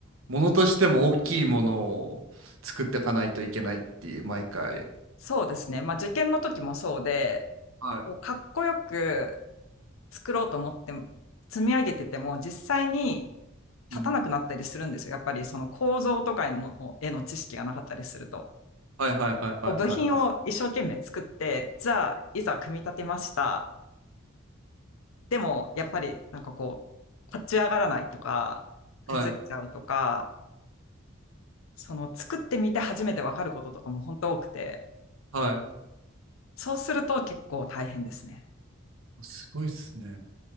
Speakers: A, on the right; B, on the left.
A: ものとしても大きいものを作っていかないといけないっていう、毎回。
B: そうですね。まあ受験の時もそうで、
A: はい。
B: こうかっこよく作ろうと思って積み上げてても、実際に立たなくなったりするんですよ。
A: うん。
B: やっぱりその構造とかの絵の知識がなかったりすると。
A: はいはいはいはいはいはい。
B: 部品を一生懸命作って、じゃあいざ組み立てました。でもやっぱりなんかこう、立ち上がらないとか、崩れちゃうとか、
A: はい。
B: その作ってみて初めてわかることとかも本当多くて、
A: はい。
B: そうすると結構大変ですね。
A: すごいっすね。